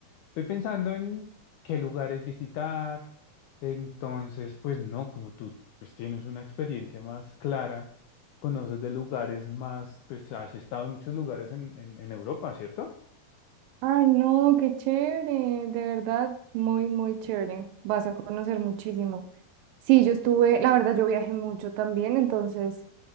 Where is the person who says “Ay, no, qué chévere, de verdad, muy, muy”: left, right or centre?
Right